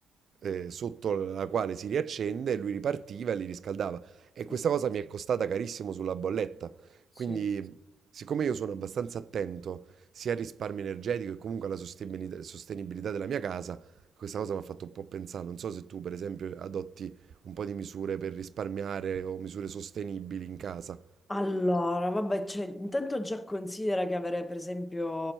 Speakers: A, on the right (about 55°); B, on the left (about 20°).
A: eh, sotto la quale si riaccende, lui ripartiva e li riscaldava. E
B: sì.
A: questa cosa mi è costata carissimo sulla bolletta.
B: Sì.
A: Quindi, siccome io sono abbastanza attento, sia il risparmio energetico e comunque la sostenibilità, sostenibilità della mia casa, questa cosa mi ha fatto un po' pensare. Non so se tu, per esempio, adotti un po' di misure per risparmiare o misure sostenibili in casa.
B: Allora, vabbè, cioè, intanto già considera che avere per esempio